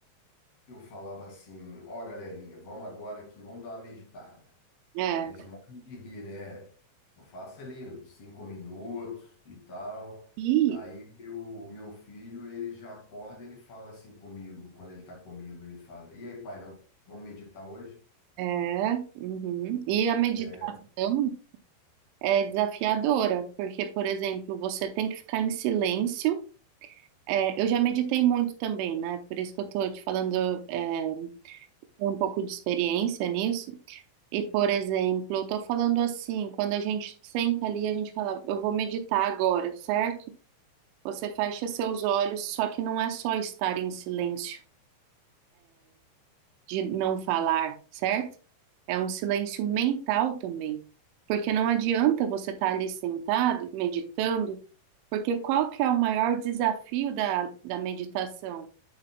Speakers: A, on the left; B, on the right.
A: Eu falava assim: Ó, galerinha, vamos agora aqui, vamos dar uma meditada.
B: É.
A: Aí eles morrem de rir, né? Eu faço ali uns cinco minutos e tal.
B: E,
A: Aí o meu filho, ele já acorda, ele fala assim comigo, quando ele tá comigo, ele fala: E aí, pai, nós vamos meditar hoje?
B: é, uhum. E a meditação
A: É,
B: é desafiadora, porque, por exemplo, você tem que ficar em silêncio. É, eu já meditei muito também, né? Por isso que eu tô te falando é, um pouco de experiência nisso. E, por exemplo, eu tô falando assim, quando a gente senta ali, a gente fala, eu vou meditar agora, certo? Você fecha seus olhos, só que não é só estar em silêncio, de não falar, certo? É um silêncio mental também. Porque não adianta você estar ali sentado, meditando, porque qual que é o maior desafio da, da meditação?